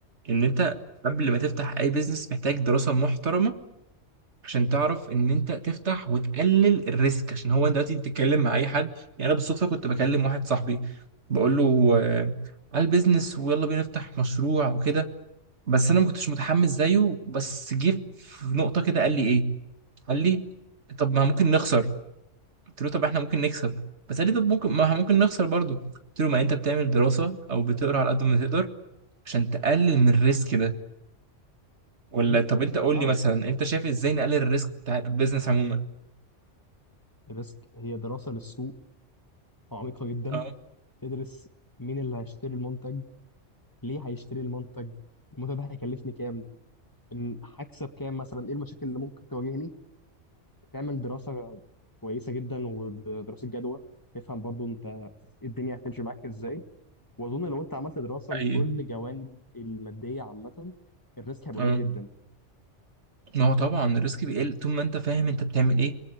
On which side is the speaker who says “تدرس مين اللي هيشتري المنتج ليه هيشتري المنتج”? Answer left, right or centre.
Left